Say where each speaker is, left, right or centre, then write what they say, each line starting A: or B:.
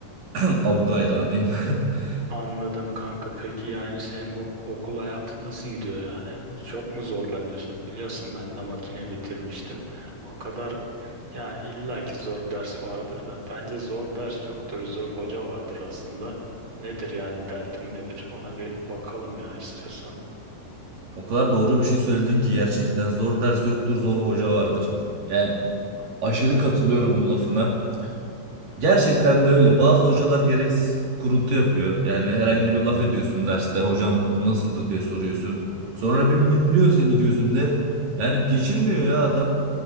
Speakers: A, on the right; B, on the right.
A: <clears throat> Audi hayranıyım. <laughs>
B: Anladım kanka. Peki yani senin bu okul hayatı nasıl gidiyor yani? Çok mu zorlanıyorsun? Biliyorsun ben de makine bitirmiştim. O kadar ya illaki zor ders vardır da bence zor ders yoktur. Zor hoca vardır aslında. Nedir yani dertin nedir? Ona bir bakalım ya istiyorsan.
A: O kadar doğru bir şey söyledin ki gerçekten zor ders yoktur, zor hoca vardır. Yani aşırı katılıyorum bu lafına. Gerçekten de öyle. Bazı hocalar gereksiz kuruntu yapıyor. Yani herhangi bir laf ediyorsun derste. Hocam bu nasıldı diye soruyorsun. Sonra bir mimliyor seni gözünde. Yani geçirmiyor ya adam.